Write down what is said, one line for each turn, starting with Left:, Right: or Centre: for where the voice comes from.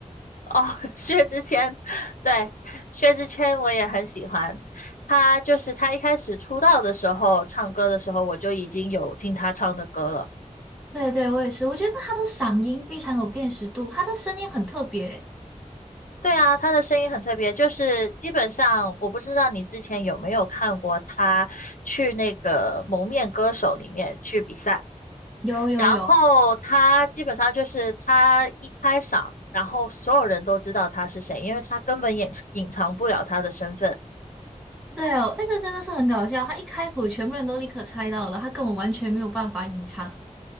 Left: 哦，<laughs> 薛之谦，对，薛之谦我也很喜欢。他就是他一开始出道的时候，唱歌的时候我就已经有听他唱的歌了。
Centre: 对对，我也是，我觉得他的嗓音非常有辨识度，他的声音很特别。
Left: 对啊，他的声音很特别，就是基本上我不知道你之前有没有看过他去那个《蒙面歌手》里面去比赛。
Centre: 有有有，
Left: 然后他基本上就是他一开嗓，然后所有人都知道他是谁，因为他根本掩隐藏不了他的身份。
Centre: 对哦，那个真的是很搞笑，他一开口全部人都立刻猜到了，他根本完全没有办法隐藏。